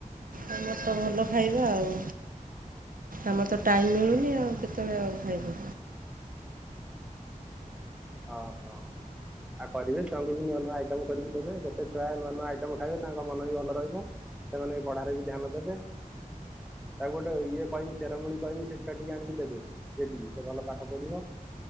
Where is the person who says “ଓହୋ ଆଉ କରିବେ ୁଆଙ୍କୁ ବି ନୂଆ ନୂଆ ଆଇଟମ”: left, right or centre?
Centre